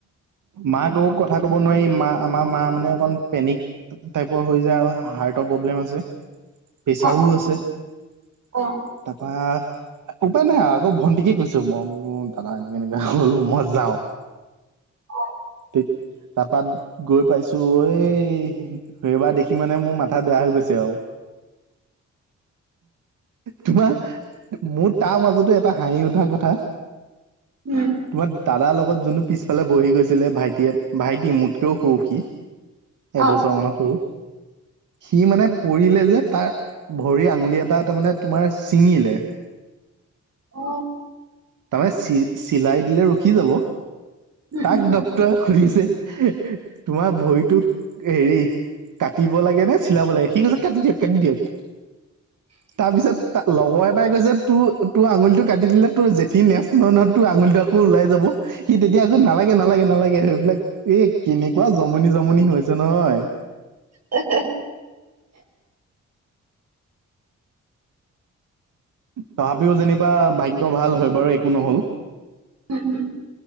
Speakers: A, on the right; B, on the right.
A: মাক আকৌ কথা ক'ব নোৱাৰি মা আমাৰ মা মানে অকণমান পেনিক <inaudible> টাইপৰ হৈ যায় আৰু হাৰ্টৰ প্ৰব্লেম আছে। <inaudible> প্ৰেছাৰো
B: অ
A: আছে।
B: অ
A: তাৰপৰা
B: অ
A: <unintelligible> একো পাই নাই আকৌ ভণ্টিকে কৈছোঁ মই বোলো দাদা এনেকে-এনেকে হ'ল মই যাওঁ। <inaudible>
B: অ।
A: <unintelligible> গৈ পাইছো এই সেইবাৰ দেখি মানে মোৰ মাথা বেয়া হৈ গৈছে আও তোমাৰ মোৰ তাৰ মাজতো এটা হাঁহি উঠা কথা।
B: উম
A: তোমাৰ। দাদাৰ লগত যোনটো পিছফালে বহি গৈছিলে ভাইটিয়ে ভাইটি মোতকেও সৰু সি এবছৰ
B: অ
A: মানৰ সৰু সি মানে - পৰিলে যে তাৰ ভৰি আঙুলি এটা তাৰ মানে তোমাৰ ছিঙিলে।
B: অ।
A: তাৰমানে চি চিলাই দিলে ৰখি যাব।
B: উম
A: তাক
B: উম
A: ডক্তৰে সুধিছে - তোমাৰ ভৰিটোক হেৰি - কাটিব লাগে নে চিলাব লাগে, সি কৈছে কাটি দিয়ক কাটি দিয়ক তাৰপিছত তা লগৰ এটাই কৈছে তোৰ তোৰ আঙুলিটো কাটি দিলে তোৰ যে- ঠি নেচ নহয় নহয় তোৰ আঙুলিটো আকৌ ওলাই যাব। সি তেতিয়া আকৌ নালাগে নালাগে নালাগে সেইবিলাক এ কেনেকুৱা জমনি জমনি হৈছে নহয়।
B: হেঁ হেঁ
A: তথাপিও যেনিবা ভাগ্য ভাল হয় বাৰু একো নহল।
B: <unintelligible>